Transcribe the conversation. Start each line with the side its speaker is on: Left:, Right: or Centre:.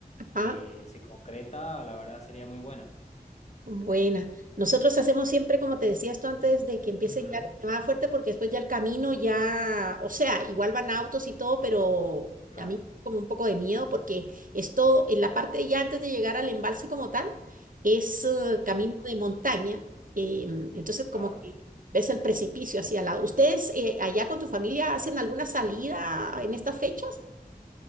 Left: eh,
Right: Ajá.
Left: se concreta, la verdad sería muy bueno.
Right: Buena. Nosotros hacemos siempre, como te decía esto antes, de que empiece
Left: Ujú,
Right: ya la nevada fuerte, porque después ya el camino ya, o sea, igual van autos y todo, pero
Left: claro,
Right: a mí como un poco de miedo, porque esto, en la parte ya antes de llegar al embalse como tal, es eh,
Left: sí,
Right: camino de montaña. em, entonces,
Left: claro.
Right: como que ves el precipicio hacia al lado. ¿Ustedes eh, allá con tu familia hacen alguna salida en estas fechas?